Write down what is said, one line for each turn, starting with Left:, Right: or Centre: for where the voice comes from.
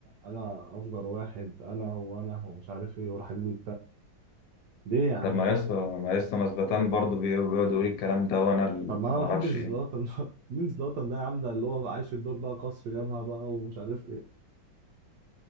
Right: انا افجر واحد انا وانا ومش عارف ايه وراح حبيبي ليه يا عم
Left: طب ما يسطا ما يسطا مثبتان برضه بي- بيقعد يقول الكلام ده وانا اللي
Right: طب ما انا
Left: ما
Right: ما
Left: اعرفش
Right: بحبش زلاتان
Left: ايه
Right: <laughs> ده. مين زلاتان ده يا عم ده اللي هو عايش في الدور بقى قصف جبهه بقى ومش عارف ايه